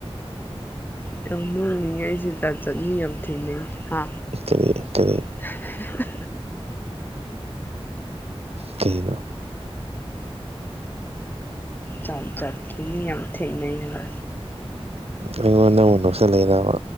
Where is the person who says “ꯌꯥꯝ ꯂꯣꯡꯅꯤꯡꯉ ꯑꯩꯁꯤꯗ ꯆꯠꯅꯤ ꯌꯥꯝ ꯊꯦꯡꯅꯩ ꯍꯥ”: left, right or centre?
Left